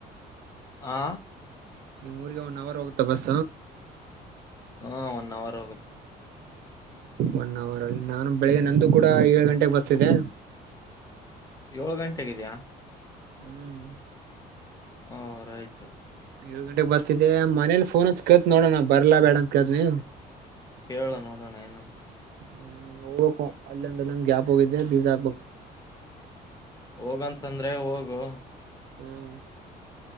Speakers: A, on the left (about 20°); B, on the right (about 70°).
A: ಆ
B: ನಿಮ್ ಊರಿಗೆ ಒನ್ ಅವರ್ ಹೋಗುತ್ತ ಬಸ್
A: ಹಾ ಒನ್ ಅವರ್ ಹೋಗುತ್ತೆ
B: ಒನ್ ಅವರ್ ಅಲ್ಲಿ ನಾನು ಬೆಳಿಗ್ಗೆ ನಂದು ಕೂಡ ಏಳು ಗಂಟೆಗೆ ಬಸ್ಸಿದೆ
A: ಏಳ ಗಂಟೆಗಿದ್ಯಾ
B: ಹ್ಮ್
A: ಹ್ಮ್ ರೈಟ್
B: ಏಳ ಗಂಟೆಗೆ ಬಸ್ತಿದೆ ಮನೇಲಿ ಫೋನ್ ಹಚ್ಚಿ ಕೇಳ್ತೀನಿ ನೋಡೋಣ ನನ್ ಬರ್ಲಾ ಬೇಡ ಅಂತ ಕೇಳ್ತೀನಿ
A: ಕೇಳ ನೋಡೋಣ ಏನಂತಾರೆ
B: ಹ್ಮ್ ಹೋಗ್ಕು ಅಲ್ಲೊಂದು ಅಲ್ಲೊಂದು ಒಂದ ಗ್ಯಾಪ್ ಹೋಗಿದ್ದೆ ಬೀಜಾ
A: ಹೋಗಂತಂದ್ರೆ ಹೋಗು
B: ಹ್ಮ್